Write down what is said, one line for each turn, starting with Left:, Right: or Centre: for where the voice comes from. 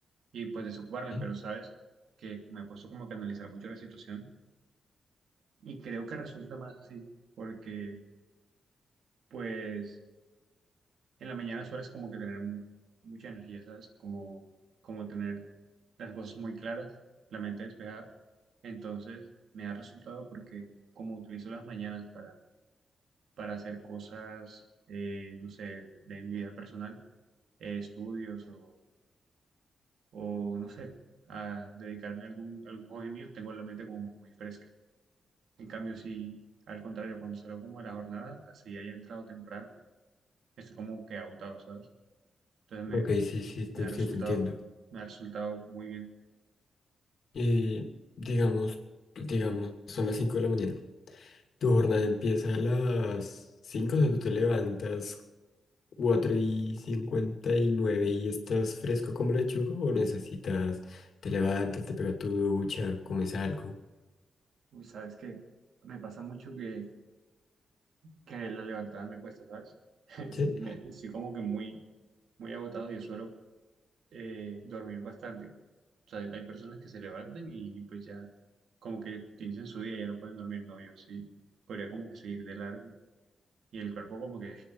Right: y pues desocuparme,
Left: ¿Sí?
Right: pero sabes que me he puesto como que a analizar mucho la situación Y creo que resulta más así, porque pues en la mañana sueles como que tener mu- mucha energía, ¿sabes? Como, como tener las cosas muy claras, la mente despejada. Entonces me ha resultado porque como utilizo las mañanas para, para hacer cosas, eh, no sé, de mi vida personal, eh, estudios o, o no sé, a dedicarme a algún, algún hobby mío, tengo la mente como muy fresca. En cambio, si al contrario, cuando salgo como a la jornada, así haya entrado temprano, estoy como que agotado, ¿sabes? Entonces me,
Left: Ok, sí, sí, te,
Right: me ha resultado,
Left: sí, te entiendo.
Right: me ha resultado muy bien.
Left: Y digamos, digamos, son las 5 de la mañana. Tu jornada empieza a las cinco o sea, tú te levantas 4 y 59 y nueve y estás fresco como lechuga o necesitas, te levantas, te pegas tu ducha, comes algo.
Right: Uy, ¿sabes qué? Me pasa mucho que, que la levantada me cuesta, ¿sabes? <laughs> Es-
Left: ¿Sí?
Right: Me- Estoy como que muy, muy agotado y suelo eh, dormir bastante. O sea, hay personas que se levantan y pues ya como que inician su día y ya no pueden dormir. No, yo sí podría como que seguir de largo y el cuerpo como que